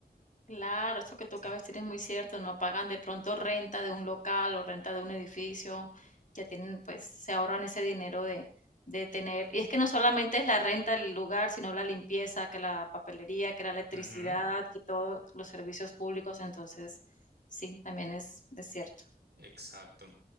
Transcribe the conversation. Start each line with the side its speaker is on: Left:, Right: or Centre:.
Left: Claro, esto que tú
Right: Sí.
Left: acabas de decir es muy cierto, no pagan de pronto renta de un local o renta de un edificio, ya tienen, pues se ahorran ese dinero de, de tener, y es que no solamente es la renta del lugar, sino la limpieza, que la papelería, que la electricidad,
Right: Ujú,
Left: que todos los servicios públicos, entonces sí, también es, es cierto.
Right: Exacto.